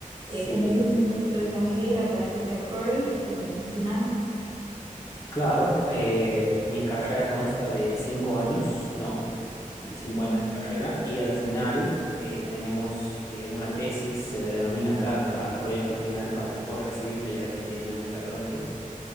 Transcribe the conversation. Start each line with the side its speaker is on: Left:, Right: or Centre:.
Left: Sí,
Right: eh, como último proyecto de carrera para que te aprueben, como un final?
Left: claro, eh, mi carrera consta de cinco años, ¿no? De cinco
Right: Ujú,
Left: años de carrera y al final eh, tenemos eh, una tesis, se le denomina acá al, tra- al proyecto final para vos recibirte ya de ingeniero mecatrónico.